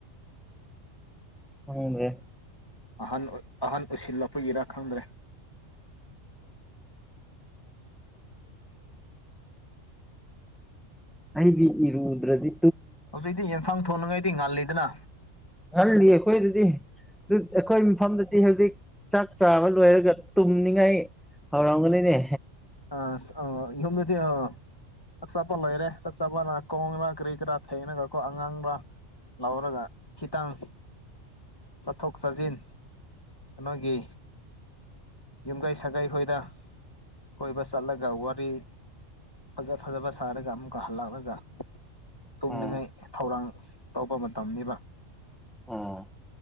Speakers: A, in the centre; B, on the left.
A: ꯎꯦ
B: ꯑꯍꯟ ꯑꯍꯟ ꯑꯣꯏꯁꯤꯜꯂꯛꯄꯒꯤꯔꯥ ꯈꯪꯗ꯭ꯔꯦ
A: <inaudible> <inaudible> ꯑꯩꯗꯤ ꯏꯔ ꯎꯗ꯭ꯔꯗꯤ
B: ꯍꯧꯖꯤꯛ ꯑꯩꯗꯤ ꯌꯦꯟꯐꯥꯡ ꯊꯣꯡꯅꯉꯥꯏꯗꯤ ꯉꯥꯜꯂꯤꯗꯅ
A: ꯉꯍꯜꯂꯤ ꯑꯩꯈꯣꯏꯗꯗꯤ ꯑꯩꯈꯣꯏ ꯃꯐꯝꯗꯗꯤ ꯍꯧꯖꯤꯛ ꯆꯥꯛ ꯆꯥꯃ ꯂꯣꯏꯔꯒ ꯇꯨꯝꯅꯤꯡꯉꯥꯏ ꯍꯧꯔꯝꯒꯅꯤꯅꯦ
B: ꯑ ꯑ ꯌꯣꯅꯗꯤ ꯑ ꯆꯥꯛꯆꯥꯄ ꯂꯣꯏꯔꯦ ꯆꯥꯛ ꯆꯥꯄꯅ ꯀꯣꯡꯕ꯭ꯔꯥ ꯀꯔꯤ ꯀꯔꯥ ꯐꯦꯡꯅꯒꯀꯣ ꯑꯉꯥꯡꯕ꯭ꯔꯥ ꯂꯥꯎꯔꯒ ꯈꯤꯇꯪ ꯆꯠꯊꯣꯛ ꯆꯠꯁꯤꯟ ꯅꯣꯏꯒꯤ ꯌꯨꯝꯒꯩ ꯁꯒꯩ ꯍꯣꯏꯗ ꯀꯣꯏꯕ ꯆꯠꯂꯒ ꯋꯥꯔꯤ ꯐꯖ ꯐꯖꯕ ꯁꯥꯔꯒ ꯑꯃꯨꯛꯀ ꯍꯜꯂꯛꯂꯒ
A: ꯎꯝ
B: ꯇꯨꯝꯅꯤꯡꯉꯥꯏ ꯊꯧꯔꯥꯡ ꯇꯧꯕ ꯃꯇꯝꯅꯤꯕ
A: ꯎꯝ